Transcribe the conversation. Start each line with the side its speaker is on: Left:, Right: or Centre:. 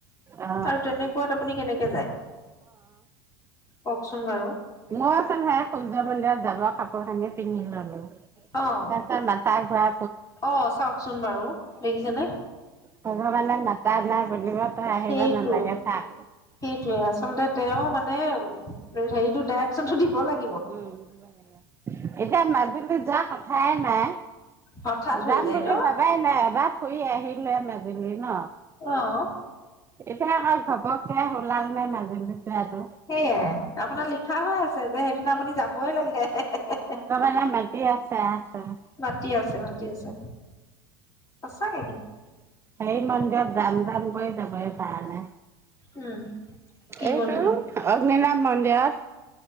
Right: অ
Left: আৰু তেনেকুৱাত আপুনি কেনেকে যায় কওকচোন বাৰু
Right: ময় ছোন হে সূৰ্য মন্দিৰত যাব কাপোৰ খানি পিন্ধি ললো তাৰপিছত
Left: অ'
Right: মাথাা ঘৰা
Left: অ চাওকচোন বাৰু দেখিছেনে
Right: ভগৱানে মাতা নাই বুলিব তই আহিব
Left: সেইটোৱে
Right: নালাগে থাক
Left: সেইটোৱে আচলতে তেওঁ মানে হেৰিটো দাইক চো দিব লাগে
Right: উম <unintelligible> লাগে এতিয়া মাজুলী যাম হাই নাই
Left: হঠাৎ হৈ
Right: যাম
Left: যায়
Right: বুলি
Left: ন
Right: ভাবাই নাই এবাৰ ফুৰি আহি- লৈ ম <unintelligible> দিলি ন
Left: অ'
Right: এতিয়া আকৌ ঘপককে ওলালো নাই মাজুলী যোৱাটো
Left: সেয়াই আপোনাৰ লিক- উথা হৈ আছে যে সেইদিনা আপুনি যাবই লাগে হে হে হে হে
Right: ভগৱানে মাতি আছে আহ তই
Left: মাতি আছে মাতি আছে সচাকে কিন্তু
Right: সেই মন্দিৰত যাম যাম গৈ যাবহে পাৰা নাই
Left: উম কি
Right: এইটো
Left: মন্দিৰ
Right: অগ্নি নাভ মন্দিয়ত